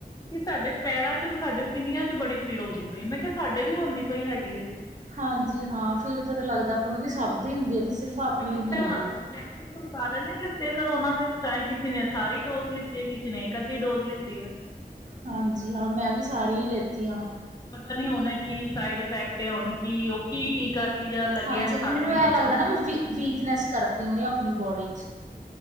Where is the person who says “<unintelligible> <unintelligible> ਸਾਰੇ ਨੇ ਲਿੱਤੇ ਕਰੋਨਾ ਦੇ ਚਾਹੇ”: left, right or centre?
Left